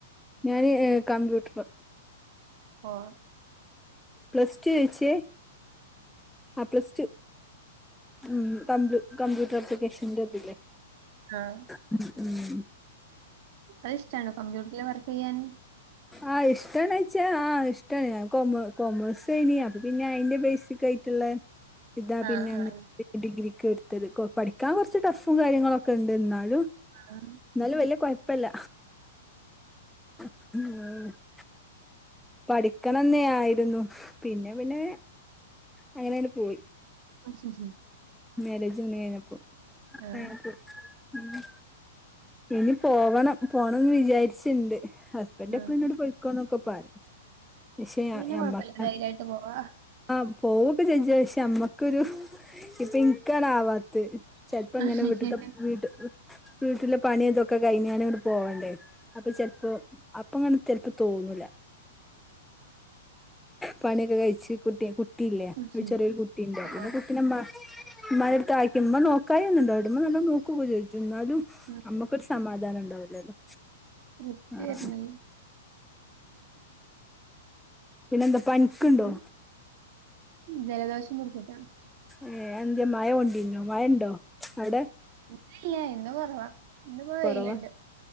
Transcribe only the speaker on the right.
ഓഹ്
ആഹ്
അത്ഷ്ടാണോ കമ്പ്യൂട്ടർല് വർക്കെയ്യാന്
ആഹ്
ആഹ്
ആഹ്
<unintelligible>
ആഹ്
ആഹ്
അപ്പൊ പിന്നെ
കൊഴപ്പല്ല ധൈര്യായിട്ട് പോവാ.
ആഹ്.
ഉം.
ആഹ്.
ഉം
തൃപ്തി
വരുന്നത്
ഉം ജലദോഷം പിടിച്ചിട്ടാ
മനസിലായി ഇന്ന് കൊറവാ ഇന്നിപ്പോ
വെയിലുണ്ട്.